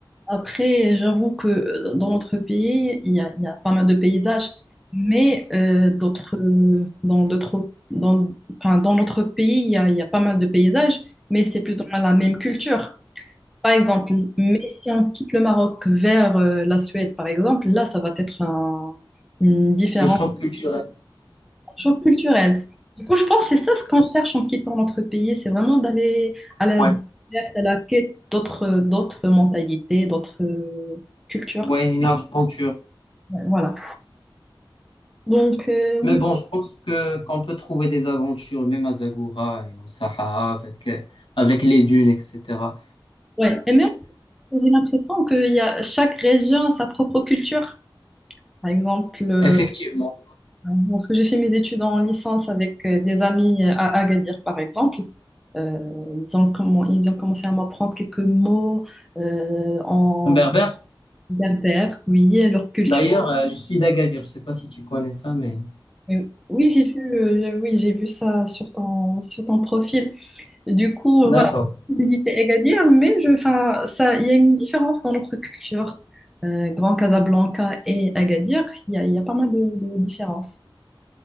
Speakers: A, in the centre; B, on the left (about 90°).
A: Après, j'avoue que euh, dans notre pays, il y a, il y a pas mal de paysages, mais euh, d'autres, euh, dans d'autres, dans, enfin, dans notre pays, il y a, il y a pas mal de paysages, mais c'est plus ou moins la même culture. Par exemple, mais si on quitte le Maroc vers euh, la Suède, par exemple, là, ça va être un- une différence
B: Le choc culturel.
A: un choc culturel. Du coup, je pense que c'est ça ce qu'on cherche en quittant notre pays, c'est vraiment d'aller à la
B: Ouais.
A: découverte, à la quête d'autres, d'autres mentalités, d'autres euh, cultures.
B: Ouais, une aventure.
A: Ouais, Voilà. Donc, euh, oui,
B: Mais bon, je pense que qu'on peut trouver des aventures, même à Zagora et au Sahara, avec, euh, avec les dunes, etc.
A: Ouais. Et même, j'ai l'impression que y a, chaque région a sa propre culture. par exemple, euh,
B: Effectivement.
A: bon, parce que j'ai fait mes études en licence avec euh, des amis à Agadir, par exemple. Euh, ils ont, comment, ils ont commencé à m'apprendre quelques mots euh, en
B: En berbère?
A: berbère, oui, et leur culture.
B: D'ailleurs, euh, je suis d'Agadir. Je sais pas si tu connais ça, mais
A: Euh, oui, j'ai vu, euh, oui, j'ai vu ça sur ton, sur ton profil. Du coup,
B: d'accord.
A: euh, voilà, j'ai visité Agadir, mais je, enfin, ça, il y a une différence dans notre culture. Euh, Grand Casablanca et Agadir, il y a, il y a pas mal de, de différences.